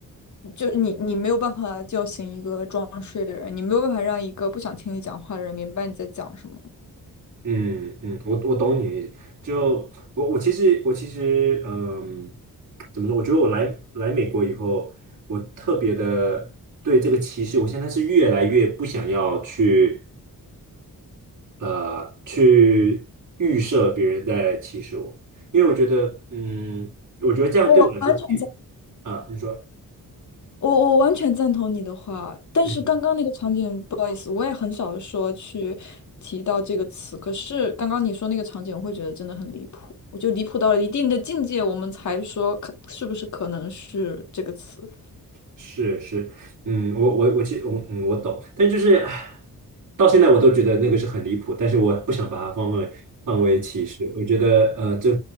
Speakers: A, on the left (about 50°); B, on the right (about 55°).
A: 就你你没有办法叫醒一个装睡的人，你没有办法让一个不想听你讲话的人明白你在讲什么。
B: 嗯嗯，我我懂你的意思。就我我其实我其实嗯，怎么说？我觉得我来来美国以后，我特别的对这个歧视，我现在是越来越不想要去呃去预设别人在歧视我，因为我觉得嗯，我觉得这样对我来说并
A: 我完全。
B: 啊，你说。
A: 我我完全赞同你的话，但是刚刚那个场景，
B: 嗯。
A: 不好意思，我也很少说去提到这个词。可是刚刚你说那个场景，我会觉得真的很离谱，我就离谱到了一定的境界，我们才说可是不是可能是这个词。
B: 是是，嗯，我我我其我嗯我懂，但就是唉到现在我都觉得那个是很离谱，但是我不想把它放为放为歧视，我觉得呃这